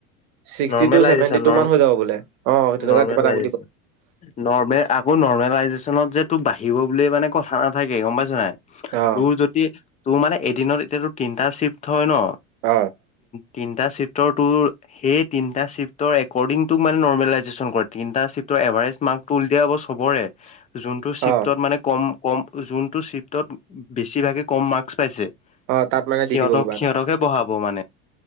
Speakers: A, on the right; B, on the left.
A: ছিক্সটি
B: নৰ্মেলাইজেচন
A: টু চেভেটি টুান
B: ন
A: হৈ যাব বোলে অ তেনেকুৱা
B: নৰ্মেলাইজেচন
A: কিবা এটা বুলি ক
B: নৰ্মেল আকৌ নৰ্মেল আ ত বাঢ়িব বুল মানে কথা নাথাকে গম পাইছ নাই তোৰ
A: অ
B: যদি তোৰ মানে এদিনত এতিয়াাতো তিনটা চিফ্ট হয় ন
A: আহ
B: তিনিটা চিপ্টৰ ত সেই তিনিটা চিফ্টৰ এৰ্ডিংটোক মানে নৰ্মেলাইজেচন কৰে তিনিটা চিফটৰ এভাৰেজ মাৰ্কটো উল দিয়া আৌ চবৰে যোনটো চিফ্টত
A: অ
B: মানে কম কম যোনটো চিফ্টত বেছিভাগে কম মাৰ্কচ পাইছে
A: অ তাত মানে
B: সিহতক
A: দি দিব কিবা এটা
B: সিহঁতকে বহাব মানে